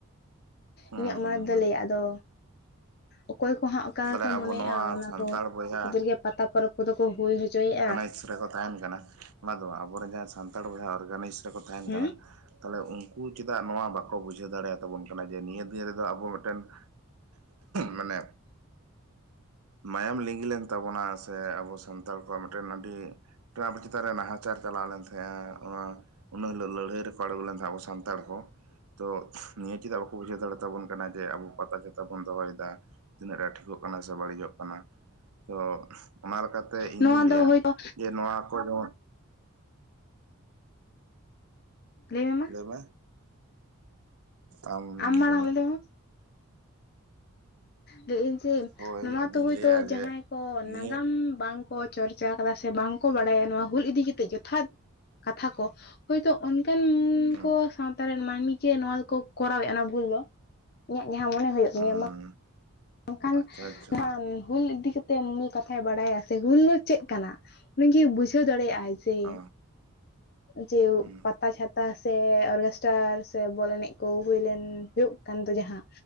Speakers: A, on the right; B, on the left.
A: ᱦᱩᱸ
B: ᱤᱧᱟᱹᱜ ᱢᱚᱱᱮ
A: ᱦᱩᱸ
B: ᱛᱮᱫᱚ
A: ᱦᱩᱸ
B: ᱞᱟᱹᱭᱟ ᱟᱫᱚ ᱚᱠᱚᱭ ᱠᱚᱦᱟᱸᱜ ᱚᱠᱟ
A: ᱛᱟᱦᱚᱞᱮ
B: ᱠᱚ
A: ᱟᱵᱚ
B: ᱢᱚᱱᱮᱼᱟ
A: ᱱᱚᱣᱟ
B: ᱚᱱᱟ
A: ᱥᱟᱱᱛᱟᱲ
B: ᱫᱚ
A: ᱵᱚᱭᱦᱟ
B: ᱠᱷᱚᱫᱮᱨ ᱜᱮ ᱯᱟᱛᱟ ᱯᱚᱨᱚᱵᱽ ᱠᱚᱫᱚ ᱠᱚ ᱦᱩᱭ ᱦᱚᱪᱚᱭᱮᱼᱟ᱾
A: ᱟᱥ ᱨᱮᱠᱚ ᱛᱟᱦᱮᱱ ᱠᱟᱱᱟ ᱚᱱᱟ ᱫᱚ ᱟᱵᱚᱨᱮᱱ ᱡᱟᱦᱟᱸ ᱥᱟᱱᱛᱟᱲ ᱵᱚᱭᱦᱟ ᱚᱨᱜᱟᱱᱟᱭᱤᱡᱽ ᱨᱮᱠᱚ ᱛᱟᱦᱮᱱ
B: ᱦᱮᱸ
A: ᱠᱟᱱᱟ᱾ ᱛᱟᱦᱚᱞᱮ ᱩᱱᱠᱩ ᱪᱮᱫᱟᱜ ᱱᱚᱣᱟ ᱵᱟᱠᱚ ᱵᱩᱡᱷᱟᱹᱣ ᱫᱟᱲᱮᱭᱟᱛᱟᱵᱚᱱ ᱠᱟᱱᱟ ᱡᱮ ᱱᱤᱭᱟᱹ ᱫᱤᱱ ᱨᱮᱫᱚ ᱟᱵᱚ ᱢᱤᱫᱴᱮᱱ ᱢᱟᱱᱮ ᱢᱟᱭᱟᱢ ᱞᱤᱸᱜᱤ ᱞᱮᱱ ᱛᱟᱵᱚᱱᱟ ᱥᱮ ᱟᱵᱚ ᱥᱟᱱᱛᱟᱲ ᱠᱚᱣᱟᱜ ᱢᱤᱫᱴᱮᱱ ᱟᱹᱰᱤ ᱢᱤᱫᱴᱟᱝ ᱟᱵᱚ ᱪᱮᱛᱟᱱ ᱨᱮ ᱱᱟᱦᱟᱪᱟᱨ ᱪᱟᱣᱞᱮᱱ ᱛᱟᱦᱮᱸᱫᱼᱟ ᱚᱶᱟ ᱩᱱᱟ ᱦᱤᱞᱳᱜ ᱞᱟᱹᱲᱦᱟᱹᱭ ᱨᱮᱠᱚ ᱟᱬᱜᱚ ᱞᱮᱱ ᱛᱟᱦᱮᱜ ᱟᱵᱚ ᱥᱟᱱᱛᱟᱲ ᱠᱚ᱾ ᱛᱚ ᱱᱤᱭᱟᱹ ᱪᱮᱫᱟᱜ ᱵᱟᱠᱚ ᱵᱩᱡᱷᱟᱹᱣ ᱫᱟᱲᱮ ᱛᱟᱵᱚᱱ ᱠᱟᱱᱟ ᱡᱮ ᱟᱵᱚ ᱯᱟᱛᱟ ᱪᱷᱟᱛᱟ ᱵᱚᱱ ᱫᱚᱦᱚᱭᱮᱫᱟ᱾ ᱛᱤᱱᱟᱹᱜ ᱴᱟ ᱴᱷᱚᱜ ᱠᱟᱱᱟ ᱥᱮ ᱵᱟᱹᱲᱤᱡᱚᱜ ᱠᱟᱱᱟ ᱛᱚ ᱚᱱᱟ ᱞᱮᱠᱟᱛᱮ ᱤᱧᱤᱧ
B: ᱱᱚᱣᱟ
A: ᱞᱟᱹᱭᱟ
B: ᱫᱚ ᱦᱳᱭᱛᱳ
A: ᱡᱮ ᱱᱚᱣᱟ ᱠᱚ ᱦᱮᱸ?
B: ᱞᱟᱹᱭ ᱢᱮ ᱢᱟ᱾
A: ᱛᱚᱵᱮ ᱟᱢ
B: ᱢᱟᱲᱟᱝ
A: ᱞᱟᱹᱣ ᱢᱮ
B: ᱞᱟᱹᱭ ᱞᱮᱢ ᱞᱟᱹᱭᱟᱹᱧ ᱡᱮ
A: ᱦᱳᱭ
B: ᱱᱚᱣᱟ
A: ᱟᱫᱚᱧ
B: ᱛᱚ ᱦᱳᱭᱛᱳ
A: ᱞᱟᱹᱭᱟ
B: ᱡᱟᱦᱟᱸᱭ
A: ᱡᱮ
B: ᱠᱚ
A: ᱱᱤᱭᱟᱹ
B: ᱱᱟᱜᱟᱢ ᱵᱟᱝ ᱠᱚ ᱪᱚᱨᱪᱟ ᱠᱟᱫᱟ ᱥᱮ ᱵᱟᱝ ᱠᱚ ᱵᱟᱲᱟᱭᱟ ᱱᱚᱣᱟ ᱦᱩᱞ ᱤᱫᱤ ᱠᱮᱛᱮᱫ ᱡᱚᱛᱷᱟᱛ ᱠᱟᱛᱷᱟ ᱠᱚ ᱦᱳᱭᱛᱳ ᱚᱱᱠᱟᱱ ᱩᱱᱠᱚ
A: ᱦᱩᱸ
B: ᱥᱟᱶᱛᱟ ᱨᱮᱱ ᱢᱟᱹᱱᱢᱤ ᱜᱮ ᱱᱚᱣᱟ ᱫᱚᱠᱚ ᱠᱚᱨᱟᱣᱮᱜᱼᱟ ᱚᱱᱟ ᱵᱷᱩᱞ ᱫᱚ ᱤᱧᱟᱜ ᱡᱟᱦᱟᱸ ᱢᱚᱱᱮ ᱦᱳᱭᱳᱜ
A: ᱦᱩᱸ
B: ᱧᱟᱢᱟ ᱟᱝᱠᱷᱟᱱ
A: ᱟᱪᱪᱷᱟ ᱟᱪᱪᱷᱟ
B: ᱱᱚᱣᱟ ᱦᱩᱞ ᱤᱫᱤ ᱠᱟᱛᱮ ᱛᱮ ᱢᱩᱞ ᱠᱟᱛᱷᱟᱭ ᱵᱟᱲᱟᱭᱟ ᱥᱮ ᱦᱩᱞ ᱫᱚ ᱪᱮᱫ ᱠᱟᱱᱟ ᱩᱱᱤᱜᱤ ᱵᱩᱡᱷᱟᱹᱣ ᱫᱟᱲᱮᱭᱟᱜ-ᱟᱭ᱾ ᱥᱮ
A: ᱚ
B: ᱡᱮ
A: ᱦᱩᱸ
B: ᱯᱟᱛᱟ ᱪᱷᱟ ᱴᱟ ᱥᱮ ᱚᱨᱜᱮᱥᱴᱟᱨ ᱥᱮ ᱵᱚᱞ ᱮᱱᱮᱡ ᱠᱚ ᱦᱩᱭ ᱞᱮᱱ ᱦᱩᱭᱩᱜ ᱠᱟᱱ ᱫᱚ ᱡᱟᱦᱟᱸ